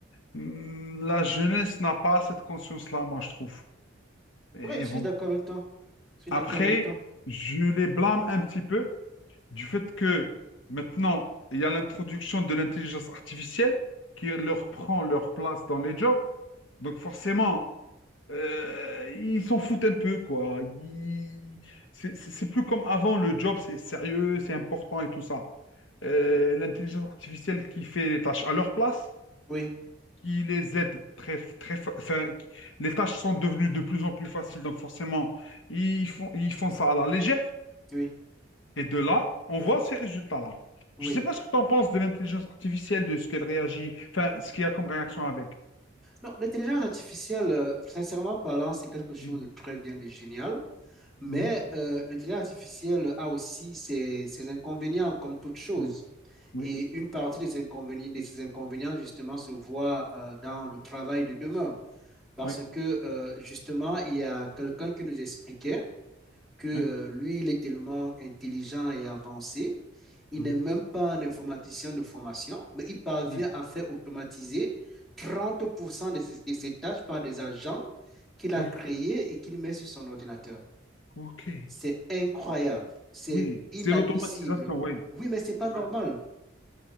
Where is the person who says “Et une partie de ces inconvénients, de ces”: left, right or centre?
Centre